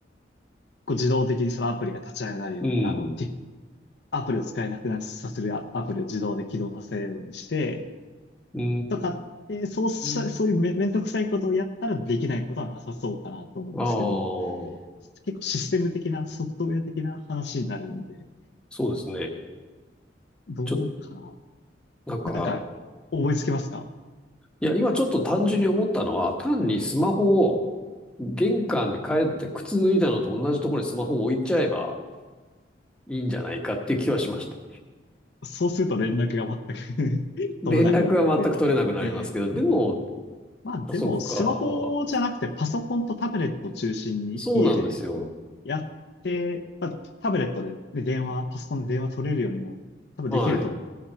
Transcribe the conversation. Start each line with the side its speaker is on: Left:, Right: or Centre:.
Left: こう自動的にそのアプリが立ち上がるように、
Centre: い、
Left: あの、
Centre: うん。
Left: ティアプリを使えなくなさせるアアプリを自動で起動させるようにして、
Centre: うー
Left: とかって、そうした、
Centre: ん。
Left: そういうめ、めんどくさいことをやったらできないことはなさそうかなと思うんですけど、
Centre: ああ、
Left: 結構システム的な、ソフトウェア的な話になるんで、
Centre: そうですね。
Left: どうか
Centre: ちょ、なんか、
Left: な。なんか、思いつきますか
Centre: いや、今ちょっと単純に思ったのは、単にスマホを玄関に帰って靴脱いだのと同じところにスマホを置いちゃえばいいんじゃないかっていう気はしました。
Left: そうすると連絡が全く
Centre: 連絡は全く取れなくなりますけど、
Left: <laughs> 取れなくなるっていうのは。えー
Centre: でも、
Left: まあでも、
Centre: あ、そっか。
Left: スマホじゃなくてパソコンとタブレットを中心に家で
Centre: そうなんですよ。
Left: やって、まあ、タブレットでね、で電話、パソコンで電話取れるようにも多分できると
Centre: はい。